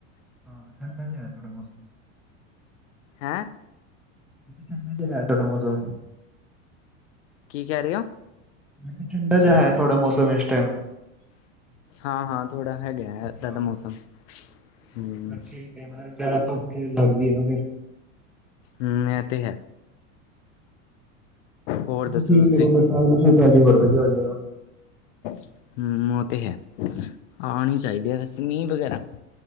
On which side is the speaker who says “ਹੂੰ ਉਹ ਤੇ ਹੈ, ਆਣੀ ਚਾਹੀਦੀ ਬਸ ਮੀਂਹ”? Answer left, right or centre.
Left